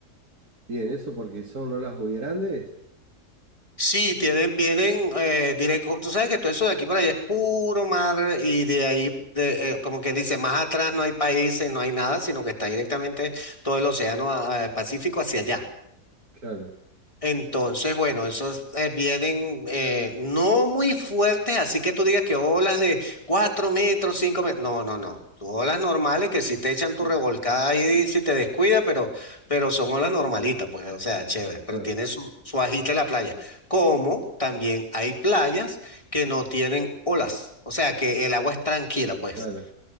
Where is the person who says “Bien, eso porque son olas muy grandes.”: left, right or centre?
Right